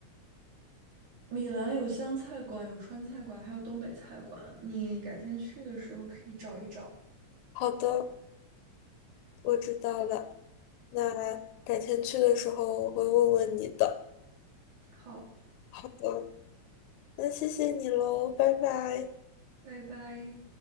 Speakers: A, on the right (about 80°); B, on the left (about 80°).
A: 米兰有湘菜馆，有川菜馆，还有东北菜馆。你改天去的时候可以找一找。
B: 好的，我知道了。那改天去的时候我会问问你的。
A: 好，
B: 好的，那谢谢你喽，拜拜。
A: 拜拜。